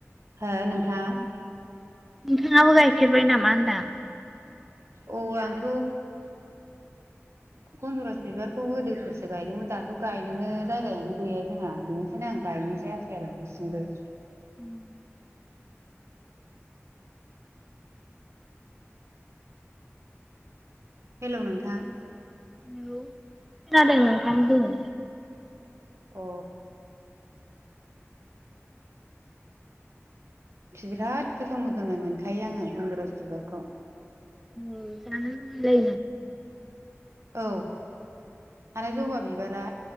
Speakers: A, on the right; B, in the centre.
A: हो नोंथां
B: नोंथाङाबो गायफेरबाय नामा होनदां
A: औ आंथ गनन्दरस बिबारखौ गोदोफोरसो गायदोंमोन दाथ गायनोनो जायगायानो गैया जोंहा बेनिखायनो आं गाय नय जायासै आरो दासिमबो
B: <unintelligible>
A: हेलौ नोंथां
B: हेलौ खोनादों नोंथां बुं
A: अ बिराद गोथाव मोजोमनाय मोनखायो आंङो गन्दरास बिबारखौ
B: <unintelligible>
A: औ आरो जबा बिबारा